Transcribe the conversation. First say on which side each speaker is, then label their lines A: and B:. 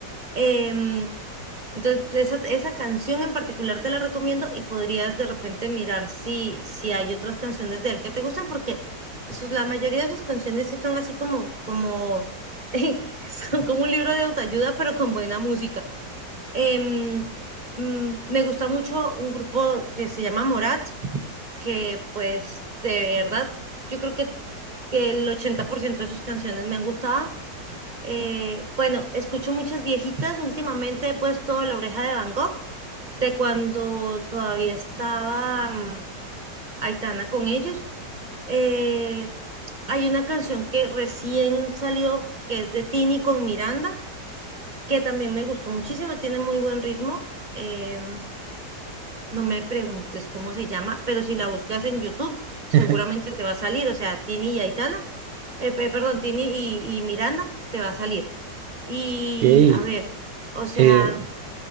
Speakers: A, on the right; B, on the right.
A: Em, entonces, esa, esa canción en particular te la recomiendo y podrías de repente mirar si, si hay otras canciones de él que te gustan, porque sus- la mayoría de sus canciones sí son así como, como, <laughs> son como un libro de autoayuda, pero con buena música. Em, mm, me gusta mucho un grupo que se llama Morat, que pues de verdad, yo creo que, que el 80% de sus canciones me han gustado. Eh, bueno, escucho muchas viejitas. Últimamente he puesto La Oreja de Van Gogh de cuando todavía estaba mm, Aitana con ellos. Eh, hay una canción que recién salió, que es de Tini con Miranda, que también me gustó muchísimo, tiene muy buen ritmo. Eh, no me preguntes cómo se llama, pero si la buscas en YouTube, seguramente
B: <laughs>
A: te va a salir. O sea, Tini y Aitana, eh, pe- perdón, Tini y, y Miranda, te va a salir. Y
B: Ok,
A: a ver, o sea,
B: eh,